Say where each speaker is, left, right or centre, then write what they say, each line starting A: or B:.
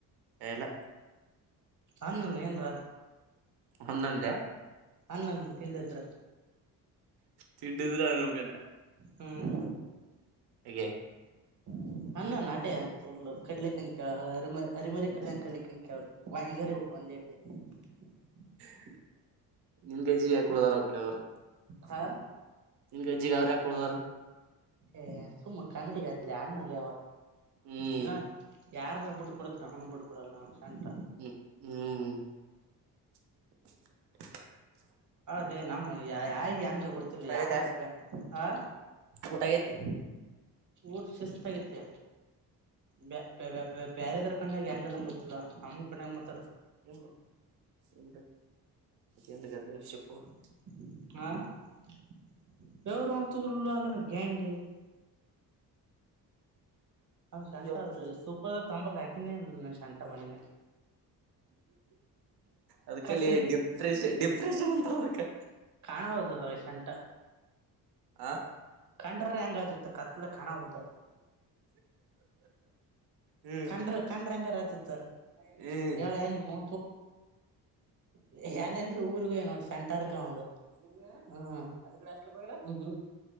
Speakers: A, on the right (about 70°); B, on the right (about 50°).
A: ಎಲ್ಲ
B: ಅನ್ನನ್ನ ಏನ್ರ
A: ಒಂದಲ
B: ಅನ್ನನ್ನು ತಿಂಡಿದ್ರ
A: ತಿಂಡಿದ್ರ ನಮ್ಗನ
B: ಹ್ಮ
A: ಹಗೆೆ
B: <unintelligible> <unintelligible>
A: <unintelligible>
B: ಹಾ
A: ನಿನ್ ಗಜ್ಜೀಗೆ ಅವರ್ಯಾಕುಳದಾರ
B: ಏ ಸುಮ್ಮ ಕಾಮಿಡಿಗೆ ಅಂದ್ನಲ್ಲೇ ಅಣ್ಣಲೇ ಅವ
A: ಹ್ಮ್
B: ದಿನ ಯಾರ್ನ ಬಿಟ್ಟ ಕೊಡತ್ನ ಅವ್ನ ಬಿಟ್ಟ ಕೊಡಲ್ಲ ನಾ ಶಂಟ
A: ಹ್ಮ್ ಹ್ಮ್ <inaudible>
B: ಡೇ ನಮ್ಮ ಯಾ ಯಿ ಹೆಂಗ ಗೊತ್ತಿಲ್ಲ
A: ಊಟ ಆಗೈತೆ
B: ಯಾರು ಆ
A: ಊಟ ಆಗೈತಿ
B: ಊಟ್ ಸಿಸ್ಥಾಗೇತಿ ಬ್ಯಾ ಬ್ಯಾ ಬ್ಯಾ ಬ್ಯಾರೆದರ ಕಣ್ಣಾಗ ಹೆಂಗದಾನ್ ಗೊತ್ತಿಲ್ಲ ನಮ್ಮ್ ಕಣ್ಣಾ ಮ
A: <unintelligible>
B: <unintelligible> ಹಾ ಶಂಟ
A: ಅಯ್ಯಪ್ಪು
B: ಆದ್ರ ಸೂಪರ್ದ ತಂಬಕ್ ಹಾಕಿನೇ ಇ ಶಂಠ ಮಣಿನ
A: ಅದ್ಕಲೇ
B: ಕಚಿಂತ
A: ಡಿಪ್ರೆಷ ಡಿಪ್ರೆಷನ್ ಅಂತಾರ ಅದಕ್ಕೆ
B: ಕಾಣವಲ್ದದ ಅದ್ರಾಗ ಶಂಠ
A: ಆ
B: ಕಂಡ್ರರ ಹೆಂಗ ಆತಿತ್ ಕತ್ಲದಾಗ ಕಾಣವಲ್ದ
A: ಹ್ಮ್
B: ಕಂಡ್ರ ಕಂಡ್ರ ಹೆಂಗರ ತಿತ್
A: ಹ್ಮ್
B: ಹೇಳೇ ನಿಮ್ಮೌ <unintelligible> ಹ್ಮ್ ಅದ್ಕೆ ನೀ ಹಾಸ್ಟೆಲ್ಗೆ ಹೋಗಿಲ್ಲ ಊಹೂಂ